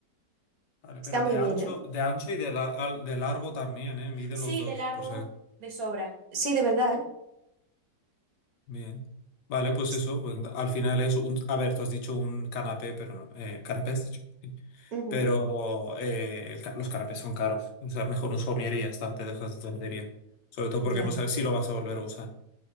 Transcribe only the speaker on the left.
Vale, pero
de ancho,
de ancho y de, la- al- de largo también, ¿eh? Mide
los dos,
pues
Bien. Vale, pues
eso, pues, al final es un... A ver, tú has dicho un canapé, pero no... eh, ¿canapé has dicho? Sí.
Pero eh, el ca- los canapés son caros. O sea, mejor un somier y ya está, te dejas de tontería. Sobre todo porque
no sabes si lo vas a volver a usar,